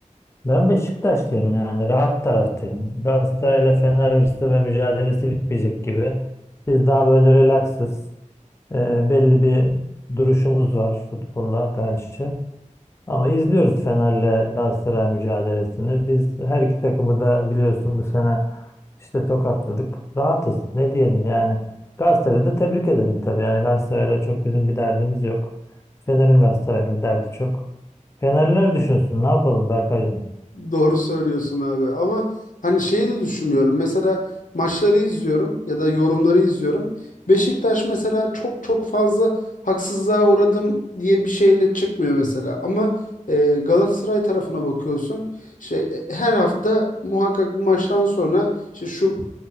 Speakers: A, on the left; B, on the left.
A: Ben Beşiktaşlıyım yani rahat taraftayım. Galatasaray'la Fener hırsı ve mücadelesi bitmeyecek gibi. Biz daha böyle relaksız, e, belli bir duruşumuz var futbolla karşı. Ama izliyoruz Fener'le Galatasaray mücadelesini. Biz her iki takımı da biliyorsun bu sene işte tokatladık. Rahatız ne diyelim yani. Galatasaray'ı da tebrik edelim tabii. Yani Galatasaray'la çok bizim bir derdimiz yok. Fener'in Galatasaray'la derdi çok. Fenerler düşünsün ne yapalım Berkaycığım.
B: Doğru söylüyorsun abi ama hani şeyi de düşünüyorum mesela maçları izliyorum ya da yorumları izliyorum. Beşiktaş mesela çok çok fazla haksızlığa uğradım diye bir şeyle çıkmıyor mesela ama e, Galatasaray tarafına bakıyorsun şey, e, her hafta muhakkak bu maçtan sonra işte şu